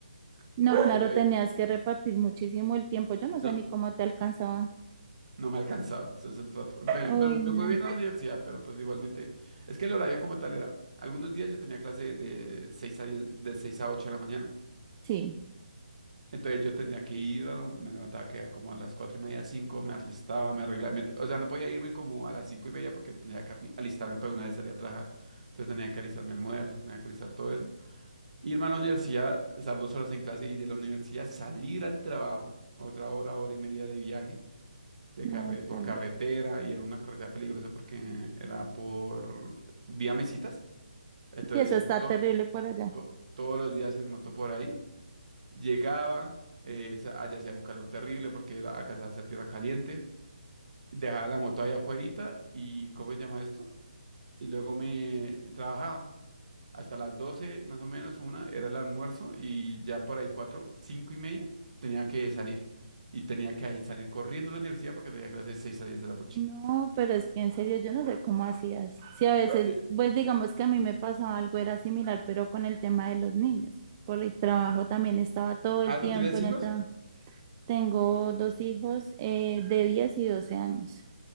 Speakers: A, on the right (about 25°); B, on the right (about 60°).
A: no, claro,
B: Entonces,
A: tenías que repartir muchísimo el tiempo. Yo no
B: no,
A: sé ni cómo te alcanzaba.
B: no me alcanzaba, ese es el trato. Me,
A: Uy,
B: me-
A: no.
B: me fue bien a la universidad, pero pues igualmente, es que el horario como tal era, algunos días yo tenía clase de 6 a 10 de 6 a 8 de la mañana,
A: Sí.
B: Entonces yo tenía que ir, a- me levantaba que era como a las cuatro y media, cinco, me alistaba, me arreglaba, me- o sea, no podía irme como a las cinco y media porque tenía que arri- alistarme para una vez salir a trabajar. Entonces tenía que alistar mi almuerzo, tenía que alistar todo eso. Irme a la universidad, estar dos horas en clase y de la universidad salir al trabajo, otra hora, hora y media de viaje, de
A: No,
B: carre por
A: tal
B: carretera y era una carretera peligrosa porque era por vía Mesitas. Entonces
A: Sí, eso está
B: to-
A: terrible por allá.
B: to- todos los días en moto por ahí. Llegaba, eh, sa- allá hacía un calor terrible porque era, alcanzaba a ser tierra caliente. Dejaba la moto allá afuera y, ¿cómo se llama esto? Y luego me trabajaba hasta las 12 más o menos, una era el almuerzo y ya por ahí cuatro, cinco y media tenía que salir. Y tenía que ahí salir corriendo a la universidad porque tenía clases de 6 a 10 de la noche.
A: No, pero es que en serio yo no sé cómo hacías. Sí, a veces,
B: Ye-
A: pues digamos que a mí me pasaba algo, era similar, pero con el tema de los niños. Por el trabajo también estaba todo el
B: ¿Ah,
A: tiempo
B: tú tienes
A: en
B: hijos?
A: el trabajo. Tengo dos hijos eh, de 10 y 12 años.